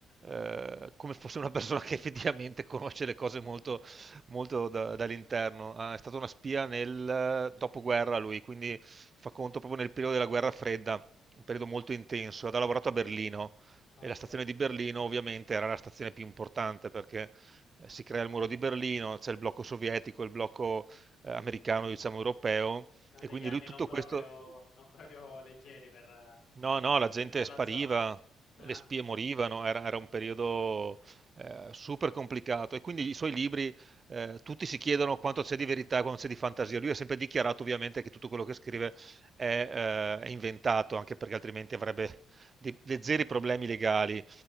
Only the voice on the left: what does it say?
<laughs>
Ok,
sono
degli
anni
non proprio,
non proprio leggeri per,
per quella
zona. Ah,